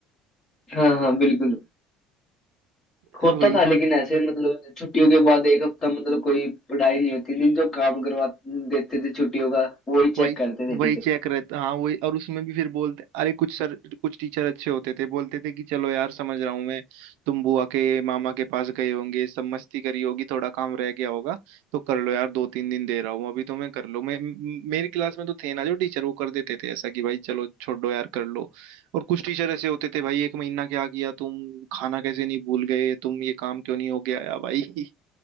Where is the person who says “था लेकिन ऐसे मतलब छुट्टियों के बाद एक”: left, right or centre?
Left